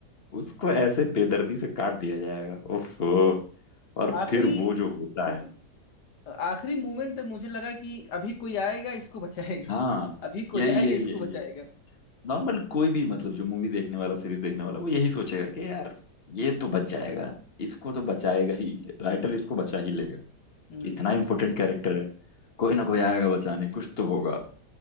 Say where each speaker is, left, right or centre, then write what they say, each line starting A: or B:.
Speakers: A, on the left (about 40°); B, on the left (about 85°).
A: उसको ऐसे बेदर्दी से काट दिया जाएगा ओफो और
B: आखिरी
A: फिर वो जो होता है
B: आखिरी मोमेंट तक मुझे लगा कि अभी कोई आएगा इसको बचाएगा
A: हाँ
B: अभी कोई
A: यही
B: आएगा
A: यही
B: इसको
A: यही
B: बचाएगा
A: यही नॉर्मल कोई भी मतलब जो मूवी देखने वाला सीरीज देखने वाला वो यही सोचेगा कि यार ये तो बच जाएगा इसको तो बचाएगा ही राइटर इसको बचा ही लेगा
B: हम्म
A: इतना इम्पोर्टेंट कैरेक्टर है कोई ना कोई आएगा बचाने कुछ तो होगा